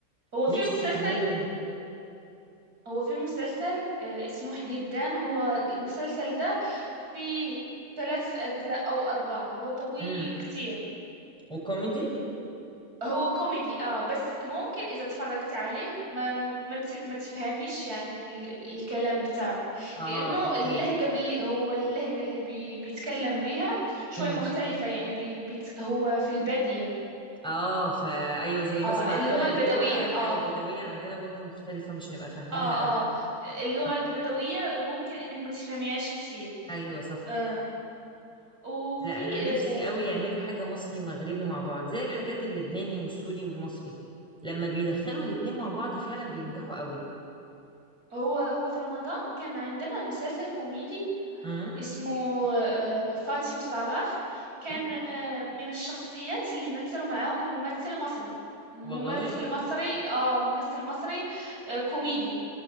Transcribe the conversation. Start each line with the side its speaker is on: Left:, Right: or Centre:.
Right: هو
Centre: نفسي
Right: في مسلسل
Centre: يعملوا
Right: هو في مسلسل آه، اسمه حديدان هو المسلسل ده فيه ثلاث أجزاء أو أربع هو طويل
Centre: امم
Right: كتير
Centre: وكوميدي
Right: هو كوميدي اه بس ممكن اذا تفرجت عليه ما ما, ت- ما تفهميش يعني ال الكلام بتاعه
Centre: اه
Right: لانه
Centre: اوكي
Right: اللهجة اللي هو اللهجة اللي بي بيتكلم بيها شوي
Centre: امم
Right: مختلفة يعني بي بيت هو في البادية
Centre: اه فا ايوه زي مثلا
Right: اه
Centre: عندنا
Right: اللغة البدوية
Centre: اللغه
Right: اه
Centre: آية البدويه عندنا برضو مختلفه مش هنبقى فاهمينها
Right: اه
Centre: قوي
Right: اه اللغة
Centre: صح
Right: البدوية ممكن انك ما تفهميهاش كثير
Centre: ايوه صح
Right: آه وفي
Centre: لا انا نفسي
Right: آه
Centre: قوي يعملوا حاجه مصري ومغربي مع بعض زي الحاجات اللبناني والسوري والمصري لما بيدخلوا الاتنين مع بعض فعلا بينجحوا قوي
Right: هو هو في رمضان كان عندنا مسلسل كوميدي
Centre: امم
Right: اسمه آه، فاتي وصلاح كان
Centre: أمم.
Right: آه، من الشخصيات اللي مثلوا معاهم ممثل مصري ممثل
Centre: والله
Right: مصري اه ممثل مصري آه، كوميدي